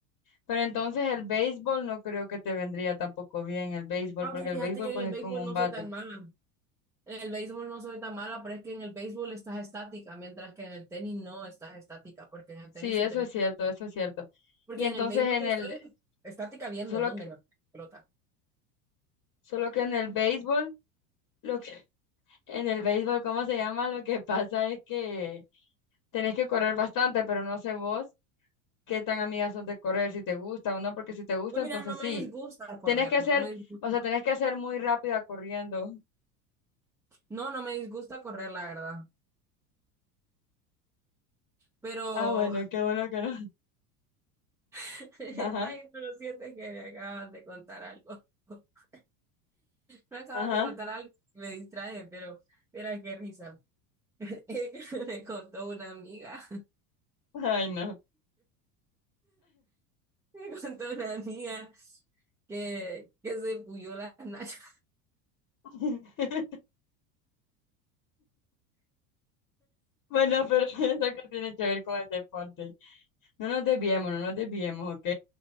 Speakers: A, on the left; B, in the centre.
A: Pero entonces el béisbol no creo que te vendría tampoco bien el béisbol,
B: Aunque
A: porque
B: fíjate
A: el béisbol
B: que
A: pues
B: en el
A: es
B: béisbol
A: con un
B: no
A: bate.
B: soy tan mala. En el béisbol no soy tan mala, pero es que en el béisbol estás estática, mientras que en el tenis no estás estática, porque en el
A: Sí,
B: tenis
A: eso
B: se tenés.
A: es cierto, eso es cierto.
B: Porque
A: Y entonces
B: en el béisbol
A: en
B: yo
A: el,
B: estoy estática viendo
A: solo
B: dónde
A: que,
B: me pelota.
A: solo que en el béisbol, lo que, <laughs> en el béisbol, ¿cómo se llama? Lo que pasa es que tenés que correr bastante, pero no sé vos. qué tan amigas sos de correr, si te gusta o no, porque si te gusta,
B: Pues
A: entonces
B: mira, no me
A: sí,
B: disgusta correr,
A: tenés que
B: no
A: ser,
B: me disgusta.
A: o sea, tenés que ser muy rápida corriendo.
B: No, no me disgusta correr, la verdad. Pero,
A: Ah, bueno, qué bueno que no.
B: <laughs>
A: <laughs>
B: ay, pero siento que me acaban de contar algo. <laughs> Me acaban
A: Ajá,
B: de contar
A: ajá,
B: algo que me distrae, pero mira qué risa. <laughs> Me contó una amiga.
A: ay, no.
B: <laughs> Me contó una amiga que, que se puyó las nachas.
A: <laughs> Bueno, pero <laughs> eso que tiene que ver con el deporte. No nos desviemos, no nos desviemos, ¿ok?